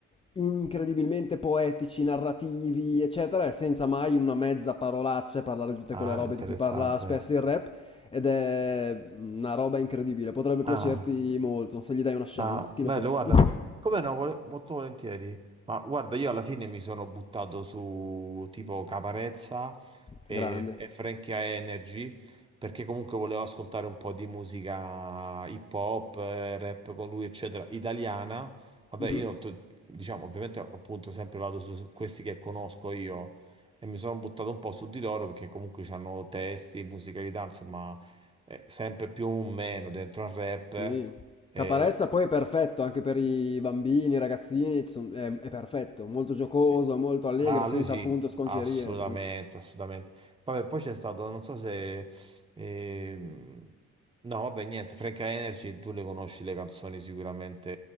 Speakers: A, on the left; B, on the right.
A: incredibilmente poetici, narrativi, eccetera, e senza mai una mezza parolaccia e parlare di tutte
B: ah,
A: quelle robe
B: interessante.
A: di cui parla spesso il rap. Ed è una roba incredibile. Potrebbe
B: Ah,
A: piacerti molto se gli dai una chance,
B: Ah,
A: chi
B: bello,
A: lo sa.
B: guarda,
A: <laughs> Devo-
B: come no, vole- molto volentieri. Ma guarda, io alla fine mi sono buttato su tipo Caparezza e,
A: Grande.
B: e Frankie Energy perché comunque volevo ascoltare un po' di musica hip hop, eh, rap con lui, eccetera, italiana. Vabbè,
A: Mhm.
B: io to- diciamo, ovviamente appunto sempre vado su, su questi che conosco io e mi sono buttato un po' su di loro perché comunque hanno testi, musicalità, insomma, eh, sempre più o meno dentro al rap.
A: Sì.
B: eh,
A: Caparezza poi è perfetto anche per i bambini, i ragazzini, ci son- è, è perfetto, molto giocoso,
B: Sì.
A: molto allegro,
B: Ah,
A: senza
B: lui sì,
A: appunto sconcerie.
B: assolutamente,
A: Mm.
B: assolutamente. Vabbè, poi c'è stato, non so se... ehm, No, vabbè, niente, Frank Energy, tu le conosci le canzoni sicuramente.